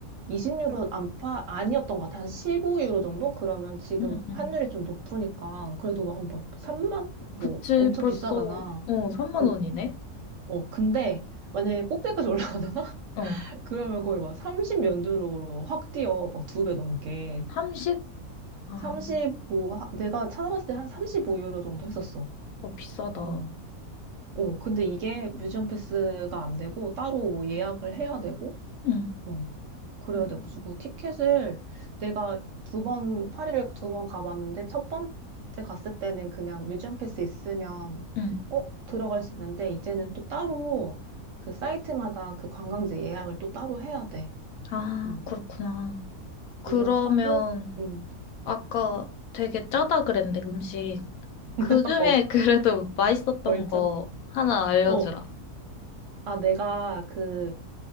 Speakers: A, on the right (about 65°); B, on the left (about 70°).
A: 20유로 안팎 아니었던 것 같아. 한 15유로 정도? 그러면 지금
B: 음,
A: 환율이 좀 높으니까 그래도 뭐 한번 3만?
B: 그치,
A: 뭐 엄청
B: 벌써,
A: 비싸잖아.
B: 어, 3만
A: 어,
B: 원이네?
A: 어. 근데 만약에 꼭대기까지 <laughs> 올라가잖아?
B: 어,
A: 그러면 거의 막 3 0연유로확 뛰어. 막 두 배 넘게.
B: 30? 아,
A: 35, 하- 내가 찾아봤을 때 한 35 유로 정도 했었어.
B: 어, 비싸다.
A: 어. 어, 근데 이게 뮤지엄 패스가 안 되고 따로 뭐 예약을 해야 되고,
B: 응,
A: 어. 그래야
B: 응,
A: 돼가지고 티켓을 내가 두 번, 파리를 두 번 가봤는데 첫 번째 갔을 때는 그냥 뮤지엄 패스 있으면,
B: 응.
A: 어, 들어갈 수 있는데 이제는 또 따로 그 사이트마다 그 관광지 예약을 또 따로 해야 돼.
B: 아,
A: 어.
B: 그렇구나. 그러면
A: 예약하고, 응.
B: 아까 되게 짜다 그랬는데 음식 그중에
A: <laughs> 어,
B: 그래도 <laughs> 맛있었던
A: 얼른.
B: 거 하나 알려주라.
A: 어. 아, 내가 그,